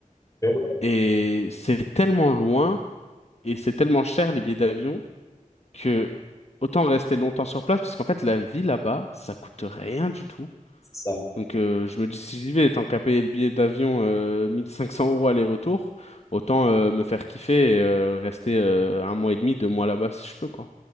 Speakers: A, on the left; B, on the left.
A: Ok,
B: Et c'est tellement loin, et c'est tellement cher les billets d'avion, que autant rester longtemps sur place, parce qu'en fait, la vie là-bas, ça coûte rien du tout.
A: c'est ça.
B: Donc euh, je me dis, si j'y vais, tant qu'à payer le billet d'avion euh, 1500 euros aller-retour, autant euh, me faire kiffer et euh, rester euh, un mois et demi, deux mois là-bas si je peux, quoi.